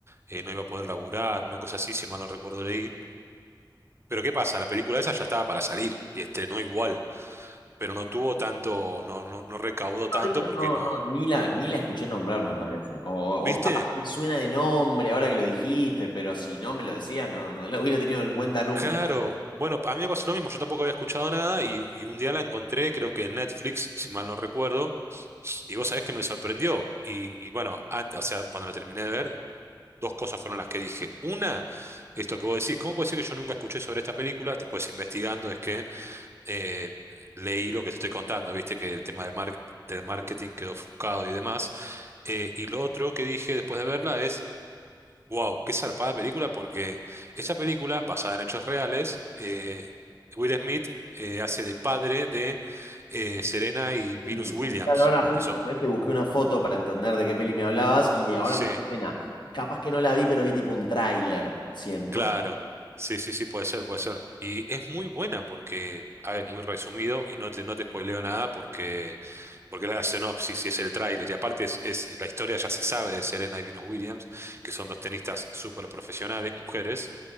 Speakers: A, on the right (about 35°); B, on the left (about 70°).
A: eh, no iba a poder laburar, una cosa así, si mal no recuerdo leí. Pero ¿qué pasa? La película esa ya estaba para salir y estrenó igual pero no tuvo tanto, no, no, no recaudó tanto
B: No, de hecho,
A: porque
B: no,
A: no.
B: no, ni la, ni la escuché nombrar, me parece. O,
A: ¿Viste?
B: o capaz me suena de nombre ahora que lo dijiste, pero si no me lo decías, no, no lo hubiera tenido en cuenta nunca.
A: Claro. Bueno, a mí me pasó lo mismo, yo tampoco había escuchado nada y, y un día la encontré, creo que en Netflix, si mal no recuerdo, y vos sabés que me sorprendió. Y, y bueno, an- o sea, cuando la terminé de ver, dos cosas fueron las que dije. Una, esto que vos decís, ¿cómo puede ser que yo nunca escuché sobre esta película? Después investigando es que eh, leí lo que te estoy contando, viste que el tema del, mar- del marketing quedó ofuscado y demás. Eh, y lo otro que dije después de verla es... Wow, qué zarpada película porque esta película, basada en hechos reales, eh, Will Smith eh, hace de padre de eh, Serena y Venus
B: Sí, no.
A: Williams,
B: Claro, ahora justo
A: que son...
B: sabés que busqué una foto para entender de qué peli me hablabas y ahora
A: Sí,
B: me suena. Capaz que no la vi, pero vi tipo un tráiler, siento.
A: claro. Sí, sí, sí, puede ser, puede ser. Y es muy buena porque, a ver, muy resumido y no te, no te spoileo nada porque, porque es la sinopsis y es el tráiler. Y aparte es, es- la historia ya se sabe de Serena y Venus Williams, que son dos tenistas súper profesionales, mujeres